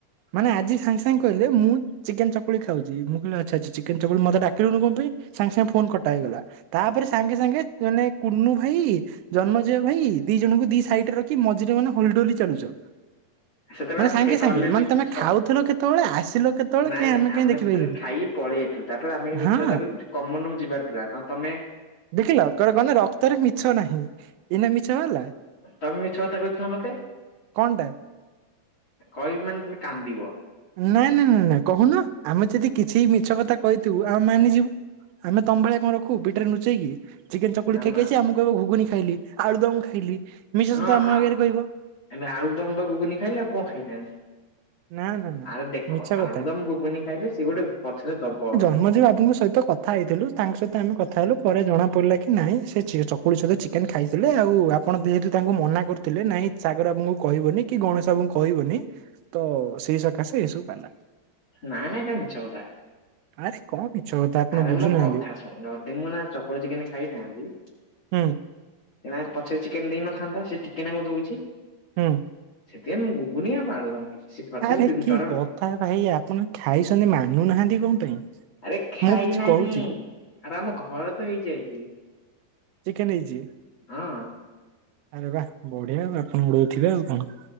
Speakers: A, on the right; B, on the left.
A: ମାନେ ଆଜି ସାଙ୍ଗେ ସାଙ୍ଗେ କହିଲେ ମୁଁ ଚିକେନ ଚକୁଳି ଖାଉଚି, ମୁଁ କହିଲି ଆଛା ଆଛା ଚିକେନ ଚକୁଳି ମତ ଡାକିଲୁନି କଣ ପାଇଁ? ସାଙ୍ଗେ ସାଙ୍ଗେ ଫୋନ କରି ଡାକିଦେଲା। ତାପରେ ସାଙ୍ଗେ ସାଙ୍ଗେ ମାନେ କୁନୁ ଭାଇ ଜନ୍ମେଜୟ ଭାଇ ଦି ଜଣଙ୍କୁ ଦି ସାଇଡ ରେ ରଖି ମଝିରେ ମାନେ ହୋଲିଲଡୋଲି ଚାଲୁ।
B: ସେତେବେଳେ
A: ମାନେ
B: ଆମେ
A: ସାଙ୍ଗେ
B: ଫେ
A: ସାଙ୍ଗେ
B: କଲେଜ
A: ମାନେ ତମେ
B: ସ
A: ଖାଉଥିଲ କେତେବେଳେ ଆସିଲ କେତେବେଳେ
B: ନାଇଁ
A: କାଇଁ
B: ନାଇଁ ଆମେ
A: କାଇଁ ଦେଖିପାରିଲୁନି
B: ସେତେବେଳେ ଖାଇକି ପଳେଇଥିଲୁ, ତାପରେ ଆମେ ମିଛ
A: ହଁ
B: କଥା କହିକି କମନ ରୁମ କୁ ଯିବାର ଥିଲା ତ ତାମାନେ
A: ଦେଖିଲ କୁଆଡେ ଗଲା ରକ୍ତରେ ମିଛ ନାହିଁ, ଏଇନା ମିଛ ବାହାରିଲା।
B: ତମେ ମିଛ କଥା କହିଥିଲ ମତେ
A: କଣଟା
B: କହିବି ମାନେ ତମେ କାନ୍ଦିବ।
A: ନାଇଁ ନାଇଁ ନାଇଁ ନାଇଁ କହୁନ ଆମେ ଯଦି କିଛି ମିଛ କଥା କହିଥିବୁ ଆମେ ମାନିଯିବୁ। ଆମେ ତମ ଭଳିଆ କଣ ରଖୁ ପିଠାରେ ଲୁଚେଇକି। ଚିକେନ ଚକୁଳି
B: ନା
A: ଖାଇକି
B: ନା
A: ଆସିଛି ଆମକୁ କହିବ ଘୁଗୁନ ଖାଇଲି ଆଳୁଦମ ଖାଇଲି ମିଛ
B: ହଁ
A: ସତ ଆମ
B: ଆ
A: ଆଗରେ କହିବ।
B: ଆଳୁଦମ ତ ଗୁଗୁନି ଖାଇଲି ଆଉ କଣ ଖାଇଥାନ୍ତି?
A: ନା ନା ନା
B: ଆରେ ଦେଖ
A: ମିଛ କଥା
B: ଆଳୁ ଦମ ଗୁଗୁନି ଖାଇଲେ ସିଏ ଗୋଟେ ପଛରେ ଦବ।
A: ଆଝି ବାବୁଙ୍କ ସହିତ କଥା ହେଇଥିଲୁ ତାଙ୍କ ସହିତ ଆମେ କଥା ହେଲୁ ପରେ ଜଣା ପଡିଲା କି ନାଇଁ ସେ ଚକୁଳି ସହିତ ଚିକେନ ଖାଇଥିଲେ ଆଉ ଆପଣ ଯେହେତୁ ତାଙ୍କୁ ମନା କରିୁଥିଲେ ନାଇଁ ସାଗର ବାବୁଙ୍କୁ କହିବନି କି ଗଣେଶ ବାବୁଙ୍କୁ କହିବନି ତ ସେଇ ସକାଶେ ଏଇସବୁ ପାଲା।
B: ନାଇଁ ନାଇଁ ଏଟା ମିଛ କଥା।
A: ଆରେ କଣ <unintelligible>
B: ଆରେ
A: ବୁଝୁନାହାନ୍ତି
B: ମୋ କଥା ଶୁଣ ଯଦି ମୁଁ ନା ଚକୁଳି ଚିକେନ ଖାଇଥାନ୍ତି
A: ହୁଁ।
B: ନା ପଛରେ ଚିକେନ ଦେଇ ନଥାନ୍ତା ସେ ଟିକେ ନାକୁରୁ ଦୋଉଚି।
A: ହୁଁ।
B: ସେଠି ମୁଁ ଗୁଗୁନି ଆଉ ଆଳୁଦମ ଖାଇଛି। ପଛରେ
A: ଆରେ
B: ତିନି
A: କି
B: ଥର
A: କଥା ଭାଇ ଆପଣ ଖାଇଛନ୍ତି ମାନୁନାହାନ୍ତି କଣ ପାଇଁ
B: ଆରେ ଖାଇ
A: ମୁଁ କିଛି
B: ନାହିଁ
A: କହୁଚି
B: ଆରେ ଆମ ଘରେ ତ ହେଇଛି ଆଜି।
A: ଚିକେନ ହେଇଛି
B: ହଁ
A: ଆରେ ବା ବଢିଆ ଆ ଆପଣ ଉଡୋଉ ଥିବେ ଆଉ କଣ?